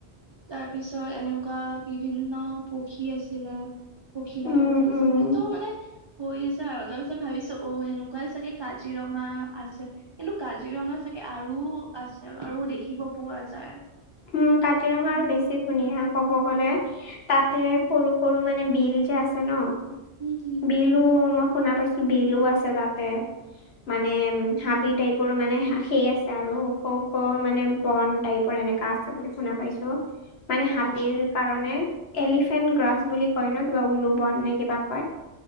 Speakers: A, on the right; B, on the left.
A: তাৰ পিছত এনেকুৱা বিভিন্ন পক্ষী আছিলে। পখিলা
B: উম
A: কেইটা আছিলে
B: উম।
A: ত' মানে হৈ আছে। আৰু তাৰ পিছত ভাবিছো অ, সেনে এনেকুৱাই চাগে কাজিৰঙা আছে কিন্তু কাজিৰঙা চাগে আৰু আছে আৰু আৰু দেখিব পোৱা যায় আৰু।
B: উম, কাজিৰঙা আৰু
A: উম
B: বেছি ধুনীয়া ক'ব গ'লে। তাতে
A: উম
B: সৰু-সৰু, মানে বিল যে আছে ন।
A: উম, উম,
B: বিলো মই শুনা পাইছো বিলো আছে তাতে। মানে হাবি টাইপৰো মানে সেই আছে আৰু ওখ-ওখ মানে বন টাইপৰ এনেকা আছে। বুলি শুনা পাইছো মানে হাতীৰ
A: হম অ
B: কাৰণে, এলিফেণ্ট গ্ৰাছ বুলি কয় ন কিবা উলো বন নে কিবা কয়?